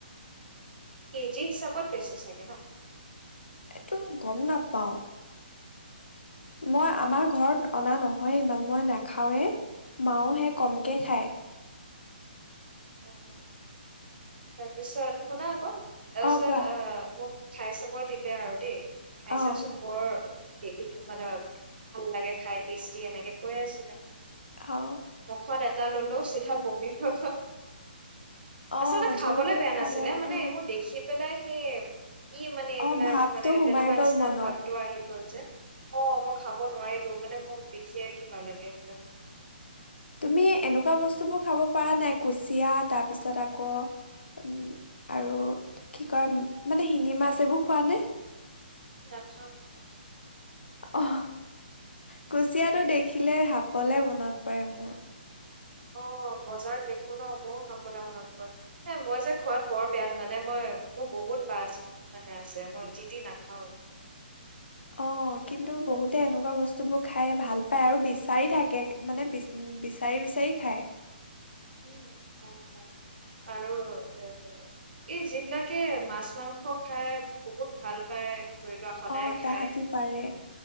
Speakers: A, on the right; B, on the left.
A: কেজি হিচাপত বেচে চাগে ন?
B: এইটো গম নাপাও। মই আমাৰ ঘৰত অনা নহয় ইমান মই নাখাওৱে মাও হে কমকে খায়।
A: অ তাৰপিছত শুনা আকৌ তাৰপিছত
B: অ কোৱা
A: আহ মোক খাই চাব দিলে আৰু দেই খাই
B: অ
A: চাচোন বৰ মানে ভাল লাগে খাই টেষ্টি এনেকে কৈ আছিলে।
B: অ
A: মোখত এটা ললো চিধা বমিৰ হয় গল
B: অ
A: আচলতে খাবলে
B: জোৰ কৰি
A: বেয়া নাছিলে
B: খালে
A: মানে
B: অ
A: মোৰ দেখি পেলাই সেই কি মানে এইবিলাক
B: অ ভাৱটো
A: মানে
B: সোমাই
A: তেনেকুৱা
B: গল
A: নিচিনা
B: মনত
A: ভাবটো আহি গ'ল যে অ মই খাব কাব নোৱাৰিলো মানে মোৰ দেখিয়ে কিবা লাগে এইবিলাক
B: তুমি এনেকুৱা বস্তুবোৰ খাব পৰা নাই কুচিয়া তাৰ পিছত আকৌ উ আৰু কি কয় মানে শিঙি মাছ এইবোৰ খোৱা নে
A: নাখাওঁ
B: অ কুচিয়াটো দেখিলে সাপলে মনত পৰে মোৰ
A: অ বজাৰত দেখো ন ময়ো খাবলৈ মনত পৰে এ মই যে খোৱাত বৰ বেয়া জানানে মই মোৰ বহুত বাছ মানে আছে মই যি টি নাখাওঁ
B: অ কিন্তু বহুতে এনেকুৱা বস্তুবোৰ খাই ভাল পায় আৰু বিচাৰি থাকে মানে বিচাৰি বিচাৰি খায়
A: উম আৰু এ এই যিবিলাকে মাছ মাংস খাই বহুত ভাল পায় ধৰি লোৱা সদায়
B: অ
A: খায়।
B: তাহাঁতি পাৰে